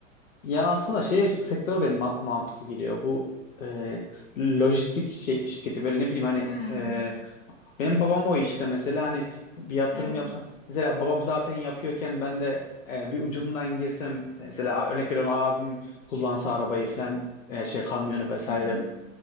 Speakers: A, on the left; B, on the left.
A: Ya aslında şey sektör benim ma- mantıklı geliyor. Bu e, lojistik şey, şirketi böyle ne bileyim hani
B: Hmm,
A: e, benim babam o işte mesela hani bir yatırım
B: evet.
A: yapsam mesela babam zaten yapıyorken ben de e, bir ucundan girsem e, mesela örnek veriyorum abim kullansa arabayı falan e, şey kamyonu vesaire
B: Hı hı.